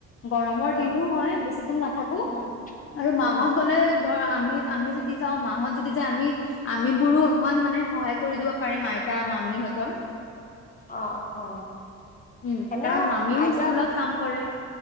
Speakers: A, on the left; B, on the left.
A: গৰমৰ
B: অ
A: দিনো হয় বেছি দিন নাথাকো
B: উম
A: আৰু মাহত
B: উম
A: গলে ধৰ আমি আমি যদি যাওঁ মাহত যদি যা আমি আম বোৰো অকমান মানে সহায় কৰি দিব পাৰিম আইতা মামি ত
B: অ অ
A: উম
B: এনেও
A: কাৰণ মামীও
B: আইতা
A: স্কুলত কাম কৰে